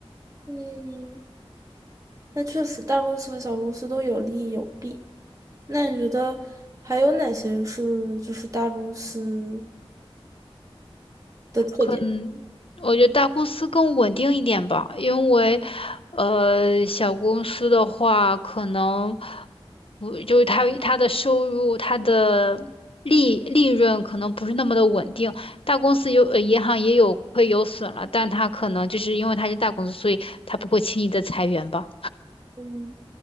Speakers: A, on the right; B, on the left.
A: 嗯，那确实大公司和小公司都有利有弊。那你觉得还有哪些是就是大公司的特点？
B: 可能我觉得大公司更稳定一点吧，因为呃，小公司的话，可能不就是他他的收入、他的利利润可能不是那么的稳定。大公司有呃，银行也有会有损了，但他可能就是因为他是大公司，所以他不会轻易的裁员吧。
A: 嗯，